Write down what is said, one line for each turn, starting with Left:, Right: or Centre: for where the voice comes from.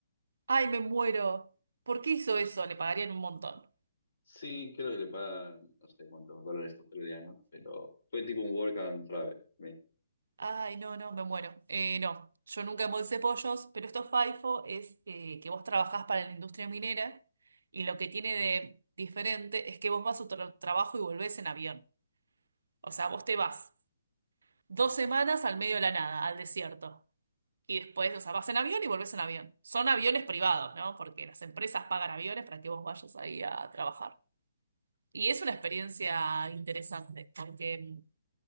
Right: Ay, me muero. ¿Por qué hizo eso? Le pagarían un montón.
Left: Sí, creo que le paga, no sé cuántos dólares australianos, pero fue tipo un work and travel. bien,
Right: Ay, no, no, me muero. Eh, no, yo nunca embolsé pollos, pero esto FIFO es eh, que vos trabajás para la industria minera y lo que tiene de diferente es que vos vas a tu tra- trabajo y volvés en avión. O sea, vos te vas dos semanas al medio de la nada, al desierto. Y después, o sea, vas en avión y volvés en avión. Son aviones privados, ¿no? Porque las empresas pagan aviones para que vos vayas ahí a trabajar. Y es una experiencia interesante, porque